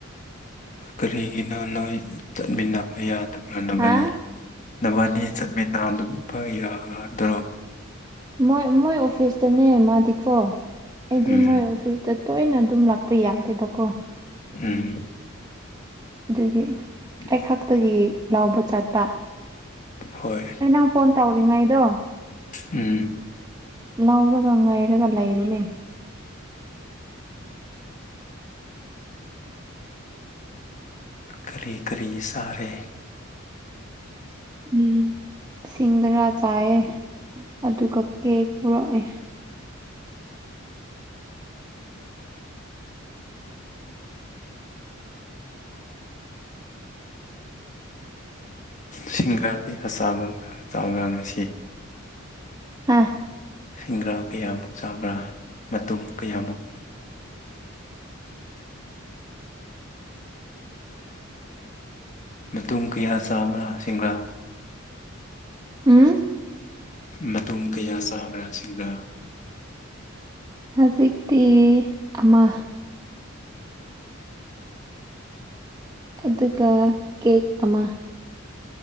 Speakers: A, on the left; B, on the right.
A: ꯀꯔꯤꯒꯤꯅꯣ ꯅꯣꯏ ꯆꯠꯃꯤꯟꯅꯕ ꯌꯥꯗꯕꯔ꯭ꯥ ꯅꯕꯥꯅꯤ
B: ꯍꯥ
A: ꯅꯕꯥꯅꯤ ꯆꯠꯃꯤꯟꯅꯗꯨꯝꯕ ꯌꯥꯗ꯭ꯔꯣ
B: ꯃꯣꯏ ꯃꯣꯏ ꯑꯣꯐꯤꯁꯇꯅꯦ ꯃꯥꯗꯤꯀꯣ ꯑꯩꯗꯤ
A: ꯎꯝ
B: ꯃꯣꯏ ꯑꯣꯐꯤꯁ ꯇ ꯇꯣꯏꯅ ꯑꯗꯨꯝ ꯔꯥꯛꯄ ꯌꯥꯗꯦꯕꯀꯣ
A: ꯎꯝ
B: ꯗꯨꯒꯤ
A: <inaudible>
B: ꯑꯩ ꯈꯛꯇꯒꯤ ꯂꯥꯎꯕ ꯆꯠꯄ
A: ꯍꯣꯏ
B: ꯑꯩ ꯅꯪ ꯐꯣꯟ ꯇꯧꯔꯤꯉꯩꯗꯣ
A: ꯎꯝ
B: ꯂꯧꯔꯒ ꯉꯥꯏꯔꯒ ꯂꯩꯔꯤꯅꯦ <inaudible>
A: ꯀꯔꯤ ꯀꯔꯤ ꯆꯥꯔꯦ
B: ꯎꯝ ꯁꯤꯡꯒꯔꯥ ꯆꯥꯏꯌꯦ ꯑꯗꯨꯒ ꯀꯦꯛ ꯄꯣꯔꯛꯑꯦ
A: ꯁꯤꯡꯒꯔꯥꯗꯤ ꯍꯆꯥꯕ ꯆꯥꯕꯔ꯭ꯥ ꯉꯁꯤ
B: ꯍꯥ
A: ꯁꯤꯡꯒꯔꯥ ꯀꯌꯥꯃꯨꯛ ꯆꯥꯕ꯭ꯔꯥ ꯃꯇꯨꯝ ꯀꯌꯥꯃꯨꯛ ꯃꯇꯨꯝ ꯀꯌꯥ ꯆꯥꯕ꯭ꯔꯥ ꯁꯤꯡꯒꯔ꯭ꯥ
B: ꯎꯝ
A: ꯃꯇꯨꯝ ꯀꯌꯥ ꯆꯥꯕ꯭ꯔꯥ ꯁꯤꯡꯒꯔ꯭ꯥ
B: ꯍꯧꯖꯤꯛꯇꯤ ꯑꯃ ꯑꯗꯨꯒ ꯀꯦꯛ ꯑꯃꯥ